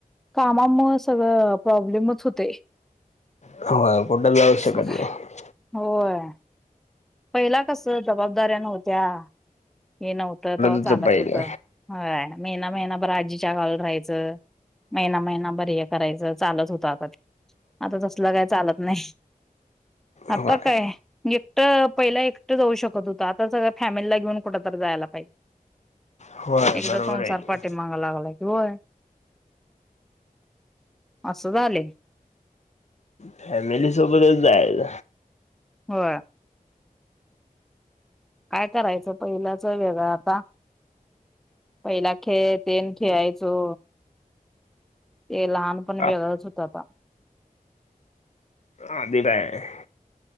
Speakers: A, in the centre; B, on the left.
A: कामा सगळं प्रॉब्लेमच होते
B: होय कुठं जाऊ
A: कस
B: शकत
A: काय
B: नाही
A: होय पहिला कस जबाबदाऱ्या नव्हत्या हे नव्हतं तेव्हा
B: होतं
A: चालत
B: पहिले
A: होत हय मेना मेना ब आजीच्या घाल राहायचं महिना महिना बर आहे करायचं चालत होतं अग आता तसलं काय चालत नाही आता
B: होय
A: काय एकटं पहिला एकट जाऊ शकत होत आता सगळ फॅमिलीला घेऊन कुठरी जायला पाहिजे
B: होय
A: एकदा
B: बरोबर
A: संसार
B: आहे की
A: पाटे मागा लागलाय होय असं झाले
B: फॅमिली सोबतच जायच
A: हो काय करायचं पहिल्याच वेगळा आता पहिला खेळ तेन खेळायचो ते लहानपण
B: आ
A: वेगळाच होत आता
B: अला <inaudible>